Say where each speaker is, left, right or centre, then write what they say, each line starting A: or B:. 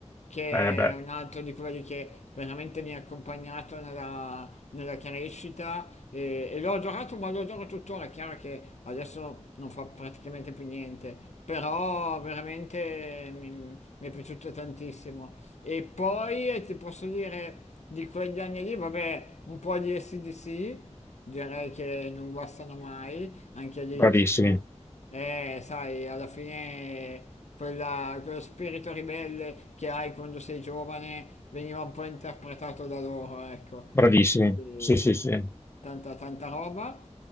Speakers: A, on the left; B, on the left.
A: che
B: Eh beh,
A: è un altro di quelli che veramente mi ha accompagnato nella, nella crescita e, e l'ho adorato, ma lo adoro tuttora. È chiaro che adesso non fa praticamente più niente, però veramente mi, mi è piaciuto tantissimo. E poi eh, ti posso dire di quegli anni lì, vabbè, un po' di SDC direi che non guastano mai, anche lì
B: bravissimi,
A: insomma. Eh, sai, alla fine quella- quello spirito ribelle che hai quando sei giovane veniva un po' interpretato da loro, ecco.
B: bravissimi.
A: E quindi
B: Sì, sì, sì. No,
A: tanta, tanta roba.